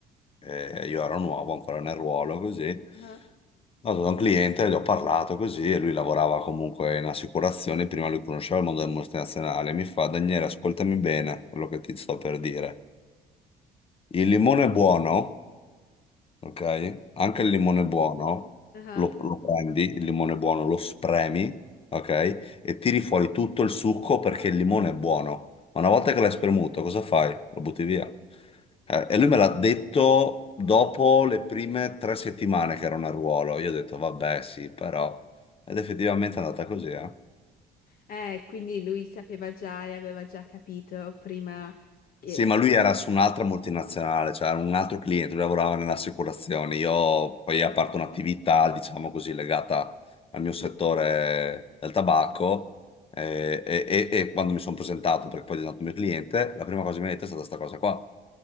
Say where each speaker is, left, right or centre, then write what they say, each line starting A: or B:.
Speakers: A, on the left; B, on the left.
A: eh, io ero nuovo ancora nel ruolo, così, sono
B: Ah,
A: andato da un cliente, gli ho parlato così, e lui lavorava comunque in assicurazione, prima lui conosceva il mondo del multinazionale, mi fa, Daniele, ascoltami bene quello che ti sto per dire. Il limone buono ok? Anche il limone buono,
B: Ok.
A: lo, lo prendi, il limone buono, lo spremi, ok? E tiri fuori tutto il succo perché il limone è buono. Ma una volta che l'hai spremuto, cosa fai? Lo butti via. Eh, e lui me l'ha detto dopo le prime tre settimane che era un arruolo. Io ho detto, vabbè, sì, però... Ed effettivamente è andata così, eh?
B: Eh, quindi lui sapeva già e aveva già capito prima che...
A: Sì, ma lui era su un'altra multinazionale, cioè era un altro cliente, lui lavorava nelle assicurazioni. Io poi ho aperto un'attività, diciamo così, legata al mio settore del tabacco eh, e, e- e quando mi sono presentato, perché poi è diventato mio cliente, la prima cosa che mi ha detto è stata questa cosa qua.